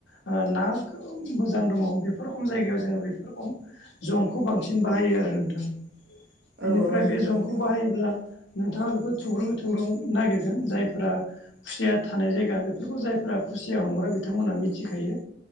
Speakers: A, on the left; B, on the right.
A: ओ ना गोबां मोजां दङ बेफोर रखम जायगायाव जोङो बेफोर रखम जंखौ बांसिन बाहायो आरो नोंथां
B: औ
A: बेनिफ्राय
B: औ नंगौ
A: बे जंखौ
B: नोंथां
A: बाहायोब्ला नोंथाङा बेखौ थुग्रुब थुग्रुं नागिरगोन जायफोरा खुसिया थानाय जायगा बेफ फोरखौ जायफोरा खुसिया हमग्रा बिथांमोनहा मिथिखायो